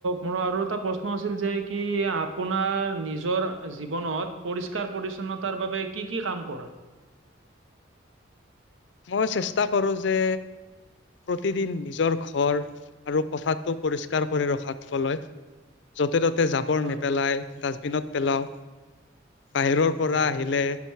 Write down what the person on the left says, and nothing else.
মই চেষ্টা কৰো যে। প্ৰতিদিন নিজৰ ঘৰ আৰু পথাৰটো পৰিষ্কাৰ কৰি ৰখাত ফলৈয়। য'তে ত'তে জাবৰ
নেপেলাই ডাষ্টবিনত পেলাও বাহিৰৰ। পৰা
আহিলে